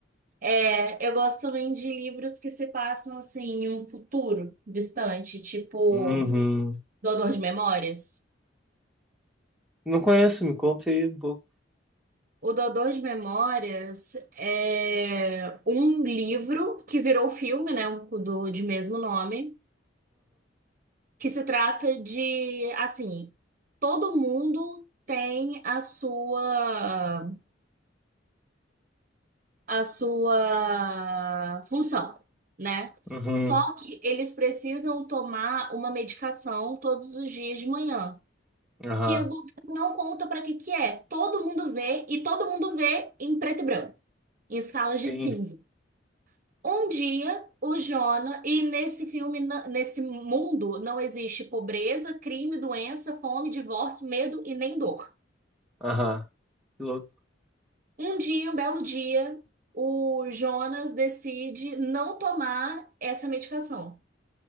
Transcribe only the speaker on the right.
É, eu gosto também de livros que se passam assim em um futuro distante, tipo
Doador de Memórias.
O Doador de Memórias é um livro que virou filme, né, um- do de mesmo nome, que se trata de assim, todo mundo tem a sua a sua função, né?
Só que eles precisam tomar uma medicação todos os dias de manhã,
que o governo não conta para que que é. Todo mundo vê e todo mundo vê em preto e branco, em escalas
de cinza. Um dia, o Jonah, e nesse filme, na- nesse mundo, não existe pobreza, crime, doença, fome, divórcio, medo e nem dor.
Um dia, um belo dia, o Jonas decide não tomar essa medicação.